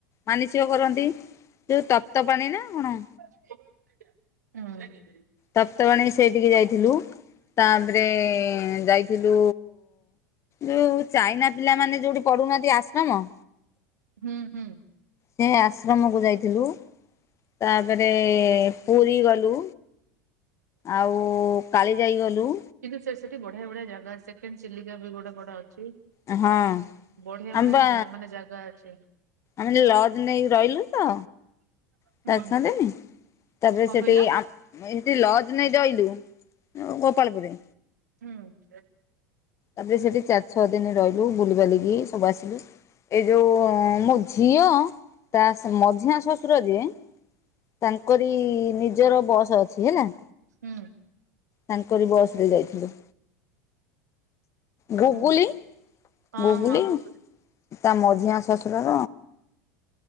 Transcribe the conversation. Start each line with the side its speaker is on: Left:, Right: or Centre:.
Left: ମାନିସିକ କରନ୍ତି ଯୋଉ ତପ୍ତପାଣି ନାଁ କଣ।
Right: ଉଁ।
Left: ତପ୍ତପାଣୀ ସେଇଠିକି ଯାଇଥିଲୁ। ତାପରେ ଯାଇଥିଲୁ ଯୋଉ ଚାଇନା ପିଲାମାନେ ଯୋଉଠି ପଢ଼ୁ ନାହାନ୍ତି ଆଶ୍ରମ।
Right: ହୁଁ ହୁଁ।
Left: ସେ ଆଶ୍ରମକୁ ଯାଇଥିଲୁ। ତାପରେ ପୁରୀ ଗଲୁ। ଆଉ କାଳିଜାଇ ଗଲୁ।
Right: କିନ୍ତୁ ସେ ସେଠି ବଢ଼ିଆ ବଢ଼ିଆ ଜାଗା ଅଛି ସେକେଣ୍ଡ ଚିଲିକା ବି କୋଉଟା ଗୋଟେ ଅଛି।
Left: ଏ ହଁ
Right: ବଢିଆ ବଢିଆ
Left: ଆମେ ବା
Right: ଜା ମାନେ ଜାଗା ଅଛି
Left: ଆମେ ଯୋଉ ଲର୍ଜ ନେଇକି ରହିଲୁ ତ। <unintelligible>
Right: ହୁଁ
Left: ତାପରେ
Right: କଣ
Left: ସେଠି
Right: କହିଲ
Left: ଆ ହେତି ଲର୍ଜ ନେଇ ରହିଲୁ ଅଁ ଗୋପାଳପୁରରେ।
Right: ହୁଁ।
Left: ତାପରେ ସେଠି ଚାରି ଛଅ ଦିନ ରହିଲୁ, ବୁଲିବାଲିକି ସବୁ ଆସିଲୁ। ଏ ଯୋଉ ମୋ ଝିଅ ତା ମଝିଆଁ ଶ୍ୱଶୁର ଯିଏ। ତାଙ୍କରି ନିଜର ବସ୍ ଅଛି ହେଲା।
Right: ହୁଁ।
Left: ତାଙ୍କରି ବସ ରେ ଯାଇଥିଲୁ। ଗୁଗୁଲି
Right: ହୁଁ ହଁ
Left: ଗୁଗୁଲି
Right: ହଁ ଗୁଗୁଲ
Left: ତା ମଝିଆଁ ଶଶୁର